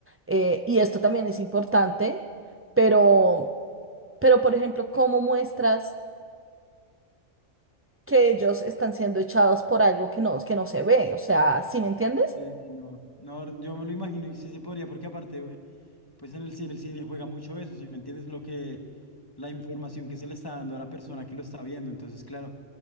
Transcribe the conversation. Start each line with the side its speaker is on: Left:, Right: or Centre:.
Right: Eh, y esto también es importante, pero, pero por ejemplo, cómo muestras que ellos están siendo echados por algo que no, que no se ve. O sea, ¿sí me entiendes?
Left: eh, no, no, yo me lo imagino y sí se podría, porque aparte, güey, pues en el cine, el cine juega mucho eso, si me entiendes lo que, la información que se le está dando a la persona que lo está viendo, entonces, claro,